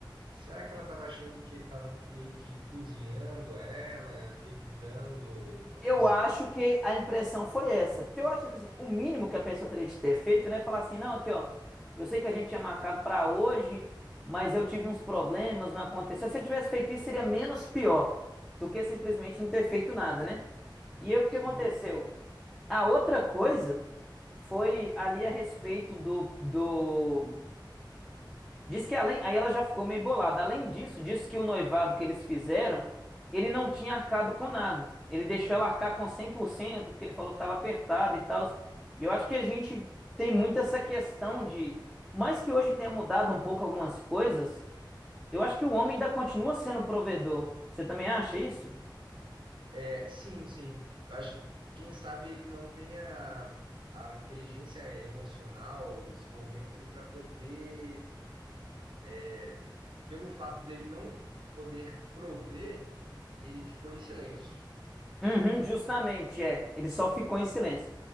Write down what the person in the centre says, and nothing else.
Eu
acho que a impressão foi essa. Porque eu acho, tipo assim, o mínimo que a pessoa teria de ter feito, né? é Falar assim, não, aqui, ó, eu sei que a gente tinha marcado pra hoje, mas eu tive uns problemas, não aconteceu. Se você tivesse feito isso, seria menos pior do que simplesmente não ter feito nada, né? E aí, o que
aconteceu? A outra coisa foi ali a respeito do, do Diz que além, aí ela já ficou meio bolada. Além disso, diz que o noivado que eles fizeram, ele não tinha arcado com nada. Ele deixou ela arcar com 100% porque ele falou que estava apertado e tal. E eu acho que a gente tem muito essa questão de, mais que hoje tenha mudado um pouco algumas coisas, eu acho que o homem ainda continua sendo provedor. Você também acha isso?
Uhum, justamente, é. Ele só ficou em silêncio.